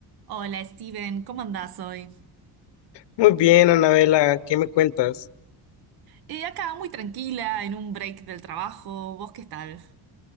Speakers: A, on the right; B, on the left.
A: Hola Steven, ¿cómo andás hoy?
B: Muy bien, Anabela, ¿qué me cuentas?
A: Eh, acá muy tranquila, en un break del trabajo. ¿Vos qué tal?